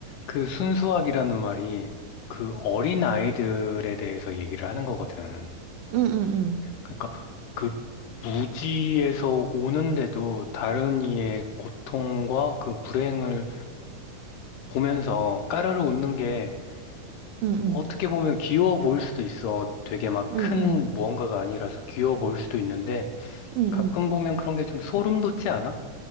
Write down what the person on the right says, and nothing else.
응, 응, 응.
응, 응.
응,
응.
응,
응.